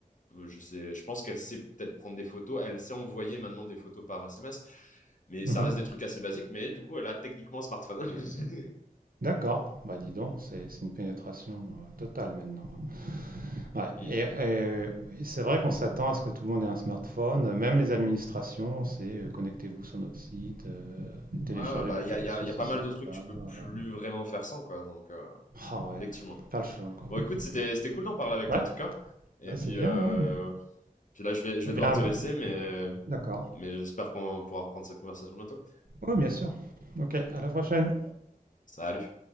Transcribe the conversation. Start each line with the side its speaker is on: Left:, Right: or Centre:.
Left: peut- Je sais, je pense qu'elle sait peut-être prendre des photos. Elle sait envoyer maintenant des photos par SMS, mais
Right: mhm.
Left: ça reste des trucs assez basiques, mais du coup, elle a techniquement un smartphone. <laughs>
Right: D'accord. Bah dis donc, c'est c'est une pénétration euh, totale maintenant. hein. Ouais,
Left: Mm.
Right: et, euh, et- c'est vrai qu'on s'attend à ce que tout le monde ait un smartphone, même les administrations, c'est euh, connectez-vous sur notre site, euh, téléchargez
Left: Ouais, ouais, bah,
Right: l'application
Left: il y a, y a, y
Right: ceci,
Left: a pas mal de trucs
Right: cela.
Left: que tu peux plus
Right: euh.
Left: vraiment faire sans, quoi. Donc, euh,
Right: Ah ouais,
Left: effectivement.
Right: pas le choix quoi.
Left: Bon, écoute, c'était,
Right: Bon.
Left: c'était cool d'en parler avec
Right: Ouais,
Left: toi, en tout cas. Et
Right: bah
Left: puis,
Right: c'est bien,
Left: euh,
Right: ouais.
Left: puis là, je vais, je vais
Right: Eh bien,
Left: devoir te
Right: bah,
Left: laisser, mais,
Right: d'accord.
Left: mais j'espère qu'on pourra reprendre cette conversation bientôt.
Right: Oui, bien sûr. Ok, à la prochaine.
Left: Salut.